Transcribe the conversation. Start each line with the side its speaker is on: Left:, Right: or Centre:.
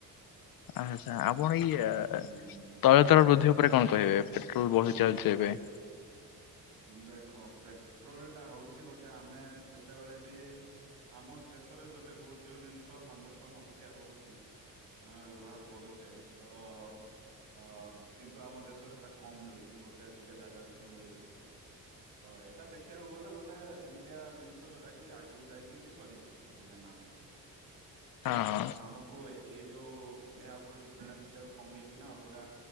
Left: ଆଛା ଆପଣ ଇଏ
Right: ହୁଁ
Left: ତୈଳ ଦର ବୃଦ୍ଧି ଉପରେ କଣ କହିବେ ପେଟ୍ରୋଲ ବଢି ଚାଲିଚି ଏବେ?
Right: ଦେଖ ପେଟ୍ରୋଲ ଟା ହଉଚି ଗୋଟେ ଆମେ ଯେତେବେଳେ ବି ଆମ ଦେଶରେ ଗୋଟେ ବହୁତ୍ ଯୋଉ ଜିନିଷ କଂଜସନ୍ ଅଧିକା ରହୁଚି ନା ବ୍ୟବହାର କରୁଚେ ତ ଅ କିନ୍ତୁ ଆମ ଦେଶରେ ସେଟା କମ୍ ମିଳୁଚି ଗୋଟେ ଦିଟା ଜାଗାାରୁ ହିଁ ମିଳୁଚି ହଁ ଏଇଟା ଦେଖିବାକୁ ଗଲେ ଗୋଟେ ଏମିତିଆ ଜିନିଷ ଯୋଉଟା କି ଆଗକୁ ଯାଇକି ବି ସରିଯିବ। ଦିନେ ନା ଦିନେ
Left: ହଁ।
Right: ତ ଆମକୁ ଏଇ ଯୋଉ ୟା ଉପରେ ଡିପେଣ୍ଡ୍ନାସି ଟାକୁ କମେଇକି ନା ଅଲଗା